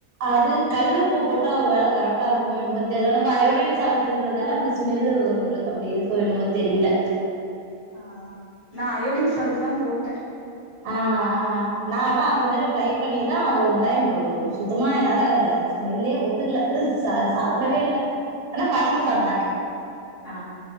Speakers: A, on the right; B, on the left.
A: அது கல்லுப்பு போட்டா ஒரு வேல கரெக்டா இருக்குமோ என்மோ தெரியல நம்ம அயோடின் சால்ட்டுங்கிறதால அந்த ஸ்மெல்லு நம்மளுக்கு அப்டி இருக்கும் என்மோ தெரியல
B: ஆ ஆ நா அயோடின் சால்ட் தா போட்ட
A: ஆ ஆ நா தா அ மாரி ட்ரை பண்ணிதா ஒன் டைம் சுத்தமா என்னால ஸ்மெல்லே ஒத்துக்கல ச சாப்பிடவே
B: ஆ
A: இல்ல. ஆனா பசங்க
B: ஆ
A: சாப்ட்டாங்க.
B: ஆ